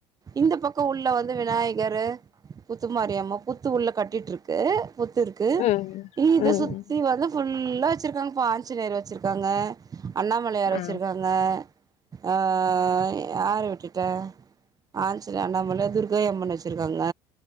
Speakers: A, on the right; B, on the left.
A: இந்த பக்கம் உள்ள வந்து விநாயகரு முத்துமாரியாம்ம புத்து உள்ள கட் டிட்டு இருக்கு புத்து இருக்கு
B: ம்
A: இத
B: ம்
A: சுத்தி வந்து ஃபுல்லா வச்சிருக்காங்கப்ப ஆஞ்சுநேயர் வச்சிருக்காங்க அண்ணாமலையார்
B: ஆ
A: வச்சிருக்காங்க ஆ யார விட்டுட்டா ஆஞ்சுனோயர் அண்ணாமலை துர்கா அம்மன் வச்சிருக்காங்க